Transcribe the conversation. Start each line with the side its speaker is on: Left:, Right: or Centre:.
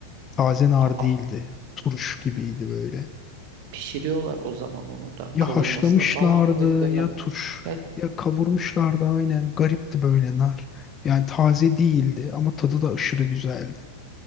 Left: Taze nar
Right: Aa,
Left: değildi. Turş gibiydi böyle.
Right: pişiriyorlar o zaman onu da.
Left: Ya
Right: Kavurmasını
Left: haşlamışlardı
Right: falan mı yapıyorlar?
Left: ya turş
Right: Ya
Left: ya kavurmuşlardı aynen. Garipti böyle nar. Yani taze değildi ama tadı da aşırı güzeldi.